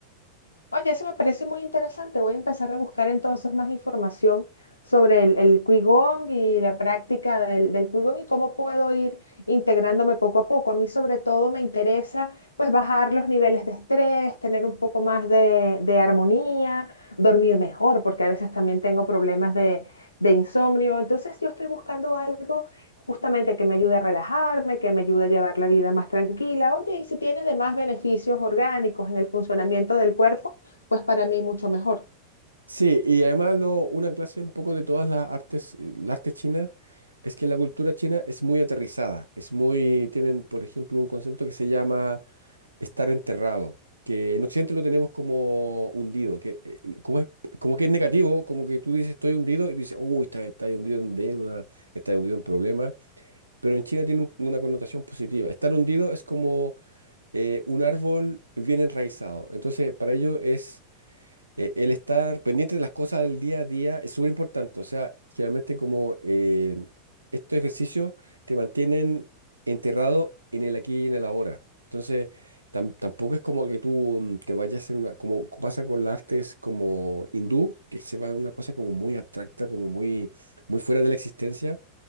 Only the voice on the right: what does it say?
Sí, y además lo, una clase un poco de todas las artes, eh, las artes chinas, es que la cultura china es muy aterrizada, es muy, tienen, por ejemplo, un concepto que se llama estar enterrado, que en Occidente lo tenemos como hundido, que eh, eh, como es, como que es negativo, como que tú dices estoy hundido y tú dices, uy, estás está ahí hundido en deuda, estás hundido en problemas, pero en China tiene un- una connotación positiva. Estar hundido es como eh, un árbol bien enraizado, entonces para ellos es eh, el estar pendiente de las cosas del día a día es súper importante. O sea, generalmente como eh, estos ejercicios te mantienen enterrado en el aquí y en el ahora. Entonces, tam- tampoco es como que tú mm, te vayas en una, como pasa con las artes como hindú, que se va en una cosa como muy abstracta, como muy, muy fuera de la existencia.